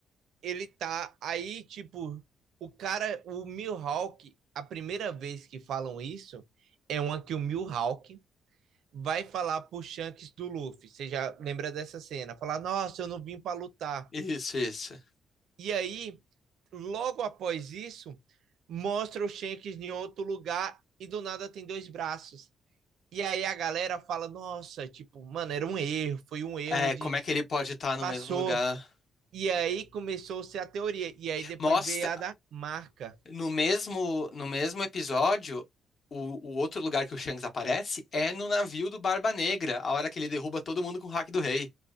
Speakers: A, on the right; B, on the left.
A: Ele tá aí, tipo, o cara, o Mihawk, a primeira vez que falam isso é uma que o Mihawk vai falar pro Shanks do Luffy. Você já lembra dessa cena? Falar, nossa, eu não vim pra lutar.
B: Isso, isso.
A: E aí, logo após isso, mostra o Shanks em outro lugar e do nada tem dois braços. E aí a galera fala, nossa, tipo, mano, era um erro, foi um erro
B: É,
A: de.
B: como é
A: de-
B: que ele pode estar no
A: Passou.
B: mesmo lugar?
A: E aí começou-se a teoria. E aí depois
B: Mostra.
A: veio a da marca.
B: No mesmo, no mesmo episódio, o, o outro lugar que o Shanks aparece é no navio do Barba Negra, a hora que ele derruba todo mundo com o hack do rei.